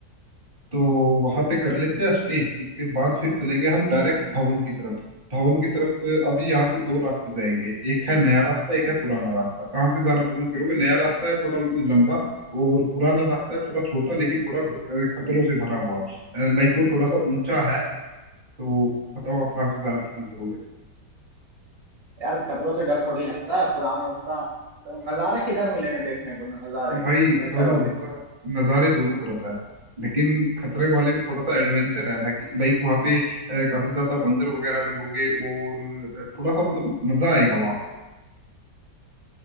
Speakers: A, on the right (about 30°); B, on the right (about 60°).
A: तो वहां पे कर लेते हैं स्टे उसके बाद फिर चलेंगे हम डायरेक्ट भवन की तरफ भवन की तरफ अभी यहाँ से दो रास्ते जाएंगे एक है नया रास्ता एक है पुराना रास्ता कहाँ से जाना पसंद करोगे नया रास्ता है थोड़ा मतलब लंबा और पुराना रास्ता है थोड़ा छोटा लेकिन थोड़ा घ- अ, खतरों से भरा हुआ लाइक वो थोड़ा सा ऊंचा है तो बताओ आप कहाँ से जाना पसंद करोगे
B: यार खतरों से डर थोड़ी लगता है पुराना रास्ता तो नज़ारे किधर मिलेंगे देखने को नज़ारे
A: भाई
B: बेहतर
A: दोनों
B: वाले
A: नज़ा- नज़ारे दोनों तरफ है लेकिन खतरे वाले में थोड़ा सा एडवेंचर है लाइक लाइक वहाँ पे अ, काफी ज्यादा बंदर वगैरह भी होंगे और थोड़ा सा मतलब मजा आएगा वहाँ